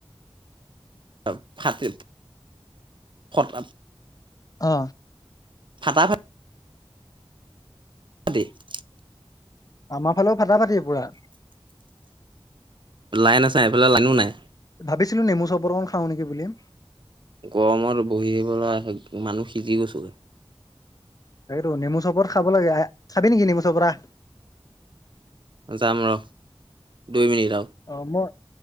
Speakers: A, on the right; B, on the left.
A: <unintelligible>
B: অ।
A: ফাটা ফা <unintelligible>
B: আমাৰ ফালেও ফাঁটা ফাটিয়ে পুৰা
A: লাইন আছে এইফালে লাইনো নাই।
B: ভাবিছিলো নেমু চৰবত অকন খাওঁ নেকি বুলি
A: গৰমত বহিবলৈ মানুহ, সিজি গৈচোগৈ।
B: তাকেটো নেমু চৰবত খাব লাগে, আহ খাবি নেকি নেমু চৰবত অহ।
A: যাম ৰ, দুই মিনিট আও।
B: আহ অ মই